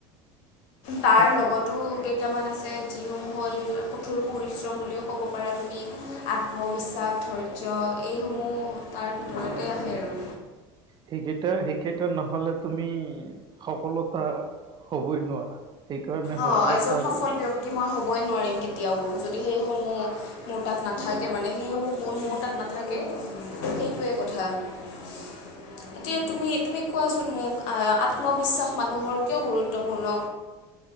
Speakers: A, on the left; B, on the right.
A: তাৰ
B: স-
A: লগতো কেইটামান আছে যিসমূহ হ'ল কঠোৰ। পৰিশ্ৰম বুলিও ক'ব পৰা তুমি আত্মবিশ্বাস, ধৈৰ্য এইসমূহ। তাৰ ভিতৰতে আহে আৰু।
B: সেইকেইটা, সেইকেইটা নহ'লে তুমি সফলতা হবই নোৱাৰা। সেইকাৰণে
A: অ',
B: সফলতাৰ
A: এজন সফল ব্যক্তি মই হ'বই নোৱাৰিম, কেতিয়াও যদি সেইসমূহ মোৰ তাত নাথাকে মানে, সেইসমূহ গুন মোৰ তাত নাথাকে সেইটোৱে কথা। <inaudible> এতিয়া তুমি, তুমি কোৱাচোন মোক, আত্মবিশ্বাস মানুহৰ কিয় গুৰুত্বপূৰ্ণ?